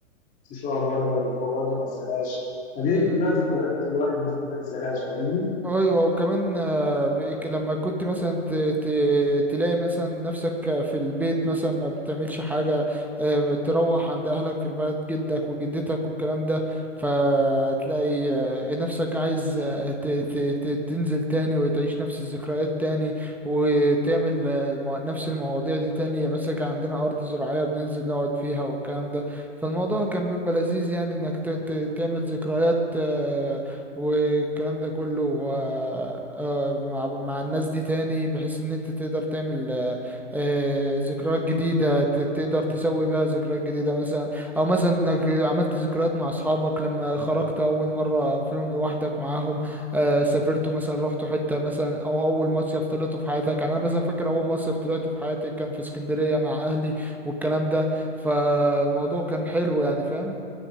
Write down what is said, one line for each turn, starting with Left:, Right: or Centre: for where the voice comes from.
Left: في شقه بره اللي هو برضه ما انساهاش فدي
Centre: امم
Left: كلها ذكريات انت الواحد المفروض ما ينساهاش فاهمني
Centre: ايوه وكمان آه، بإك- لما كنت مثلا ت- ت- تلاقي مثلا نفسك في البيت مثلا ما بتعملش حاجه آه، تروح عند اهلك في البلد جدك وجدتك والكلام ده فتلاقي آه، نفسك عايز آه، ت- ت- ت- تنزل تاني وتعيش نفس الذكريات تاني وتعمل آه، المو- نفس المواضيع دي تاني يعني مثلا كان عندنا ارض زراعيه بننزل نقعد فيها والكلام ده فالموضوع كان بيبقى لذيذ يعني انك ت- ت- تعمل ذكريات آه، والكلام ده كله آه، آه، مع مع الناس دي تاني بحيث ان انت تقدر تعمل آه، آه، ذكريات جديدة ت- تقدر تسوي بها ذكريات جديدة مثلا او مثلا انك عملت ذكريات مع اصحابك لما خرجت اول مرة فيهم لوحدك معاهم آه، سافرتوا مثلا رحتوا حتة مثلا او اول مصيف طلعته في حياتك يعني انا مثلا فاكر اول مصيف طلعته في حياتي كان في اسكندرية مع اهلي والكلام ده فالموضوع كان حلو يعني فاهم